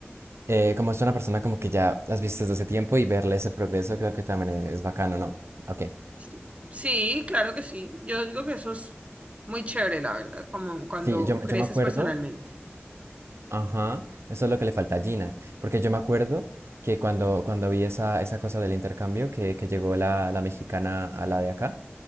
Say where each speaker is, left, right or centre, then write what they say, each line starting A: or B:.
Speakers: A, on the right; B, on the right.
A: eh, como es una persona como que ya has visto desde hace tiempo y verle ese progreso creo que también es bacano, ¿no? Ok.
B: Sí. Sí, claro que sí. Yo digo que eso es muy chévere, la verdad, como cuando
A: Sí, yo, yo
B: creces
A: me acuerdo,
B: personalmente.
A: ajá, eso es lo que le falta a Gina, porque yo me acuerdo que cuando, cuando vi esa, esa cosa del intercambio que, que llegó la, la mexicana a la de acá,